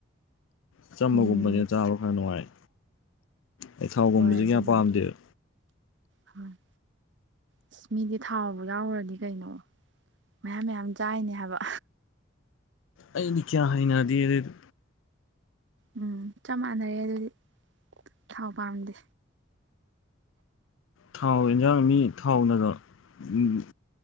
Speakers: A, on the left; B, on the right.
A: ꯑꯆꯝꯕꯒꯨꯝꯕꯖꯦ
B: ꯎꯝ
A: ꯆꯥꯕ ꯈꯔ ꯅꯨꯡꯉꯥꯏ ꯑꯩ ꯊꯥꯎꯒꯨꯝꯕꯁꯦ
B: ꯍꯣꯏ ꯑꯗꯨꯕꯨꯗꯤ
A: ꯀꯌꯥ ꯄꯥꯝꯗꯦꯕ
B: ꯍꫭꯏ ꯑꯁ ꯃꯤꯗꯤ ꯊꯥꯎꯕꯨ ꯌꯥꯎꯈ꯭ꯔꯗꯤ ꯀꯩꯅꯣ ꯃꯌꯥꯝ ꯃꯌꯥꯝ ꯆꯥꯏꯅꯦ ꯍꯥꯏꯕ
A: ꯑꯩꯗꯤ ꯀꯌꯥ ꯍꯩꯅꯗꯦ ꯑꯗꯨꯏꯗꯨ
B: ꯎꯝ ꯆꯞ ꯃꯥꯟꯅꯔꯦ ꯑꯗꯨꯗꯤ ꯊꯥꯎ ꯄꯥꯝꯗꯦ꯫
A: ꯊꯥꯎ ꯌꯦꯟꯖꯥꯡ ꯃꯤ ꯊꯥꯎꯅꯔꫭ ꯎꯝ